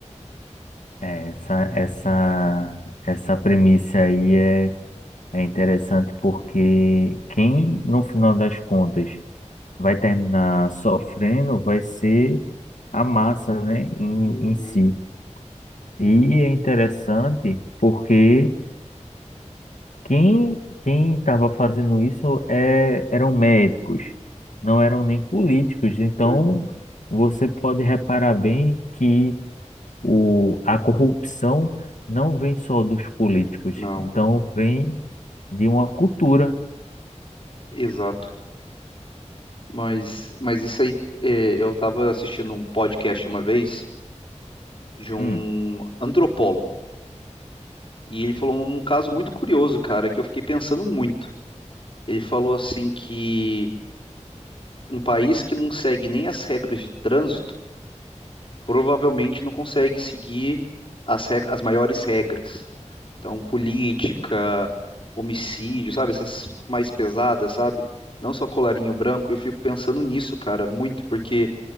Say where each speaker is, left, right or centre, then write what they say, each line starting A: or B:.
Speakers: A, on the left; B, on the left.
A: é, Essa, essa, essa premissa aí é, é interessante porque quem, no final das contas, vai terminar sofrendo vai ser a massa, né, em,
B: Uhum,
A: em si. E é interessante porque Quem quem estava fazendo isso é, eram médicos, não eram nem políticos. Então,
B: exa-
A: você pode reparar bem que o, a corrupção não vem só dos políticos,
B: Não,
A: então vem de uma cultura.
B: exato. Mas, mas isso aí, é, eu estava assistindo um podcast uma vez de um
A: Hum.
B: antropólogo. E ele falou um um caso muito curioso, cara, que eu fiquei pensando muito. Ele falou assim que um país que não segue nem as regras de trânsito provavelmente não consegue seguir as, reg- as maiores regras. Então, política, homicídio, sabe? Essas mais pesadas, sabe? Não só colarinho branco. Eu fico pensando nisso, cara, muito, porque.